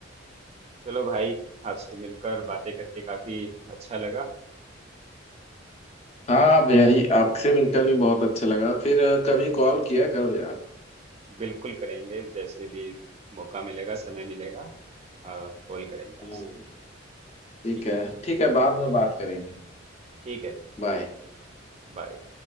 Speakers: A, on the right; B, on the left.
A: चलो भाई आपसे मिलकर बातें करके काफी अच्छा लगा
B: हाँ भाई आपसे मिलकर भी बहुत अच्छा लगा फिर अ, कभी कॉल किया करो यार
A: बिल्कुल करेंगे जैसे भी मौका मिलेगा समय मिलेगा हाँ कॉल करेंगे आपसे
B: हाँ ठीक
A: ठीक
B: है
A: है
B: ठीक है बाद में
A: ओके
B: बात करेंगे
A: ठीक है
B: बाय
A: बाय